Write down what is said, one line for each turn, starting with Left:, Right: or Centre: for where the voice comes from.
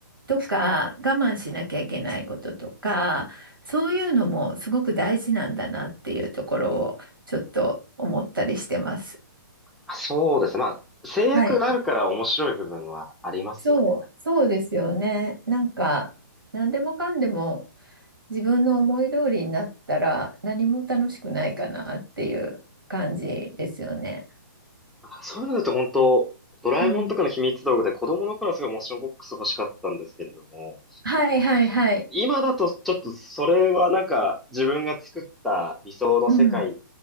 Right: とか我慢しなきゃいけないこととか、そういうのもすごく大事なんだなっていうところをちょっと思ったりしてます。
Centre: まあそうですね。まあ、制約があるから面白い部分はありますよね。
Right: はい。そう、そうですよね。なんか、何でもかんでも自分の思い通りになったら何も楽しくないかなっていう感じですよね。
Centre: だからそういうのだと本当、ドラえもんとかの秘密道具で子供の頃はすごいモーションボックス欲しかったんですけれども、
Right: うん。はいはいはい。
Centre: 今だとちょっとそれはなんか自分が作った理想の世界っ
Right: うん。